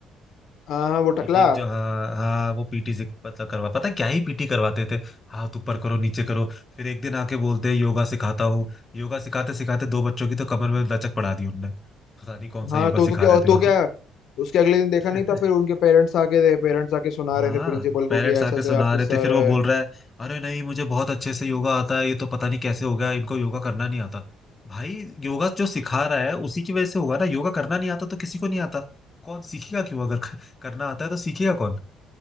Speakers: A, on the left (about 65°); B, on the left (about 25°).
A: हाँ हाँ वो
B: पीटी
A: टकला
B: जो हाँ हाँ वो पीटी से पता करवा पता है क्या ही पीटी करवाते थे हाथ ऊपर करो नीचे करो फिर एक दिन आके बोलते योगा सिखाता हूँ योगा सिखाते सिखाते दो बच्चों की तो कमर में लचक पड़ा दी उनने पता नहीं कौन सा
A: हाँ
B: योगा
A: तो तो
B: सिखा
A: क्या
B: रहे
A: तो
B: थे वो
A: क्या उसके अगले दिन देखा
B: <laughs>
A: नहीं था फिर उनके पेरेंट्स आके थे पेरेंट्स आके सुना
B: हाँ
A: रहे थे प्रिंसिपल को
B: पेरेंट्स
A: कि ऐसे
B: आके
A: ऐसे
B: सुना
A: आपके
B: रहे
A: सर
B: थे फिर वो
A: है
B: बोल रहा है अरे नहीं मुझे बहुत अच्छे से योगा आता है ये तो पता नहीं कैसे हो गया इनको योगा करना नहीं आता भाई योगा जो सिखा रहा है उसी की वजह से होगा ना योगा करना नहीं आता तो किसी को नहीं आता कौन सीखेगा क्यों अगर क- करना आता है तो सीखेगा कौन